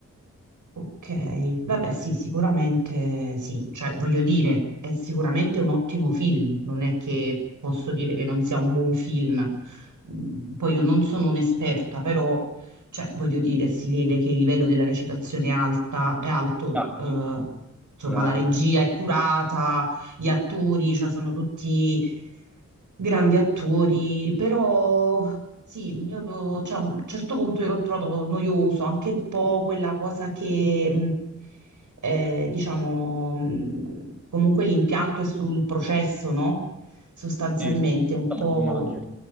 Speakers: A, on the right (about 85°); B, in the centre.
A: Ok, vabbè sì, sicuramente sì, cioè voglio dire, è sicuramente un ottimo film, non è che posso dire che non sia un buon film, Mm, poi io non sono un'esperta, però cioè, voglio dire, si vede che il livello della recitazione è alta, è alto,
B: Ah,
A: eh,
B: sì,
A: insomma
B: sicuramente.
A: la regia è curata, gli attori, cioè sono tutti grandi attori, però sì, io lo- cioè, a un certo punto io l'ho trovato noioso, anche un po' quella cosa che, mh, eh, diciamo, mh, comunque l'impianto è sul processo, no? Sostanzialmente,
B: Sì, sì.
A: un
B: Vabbè,
A: po'
B: immagino.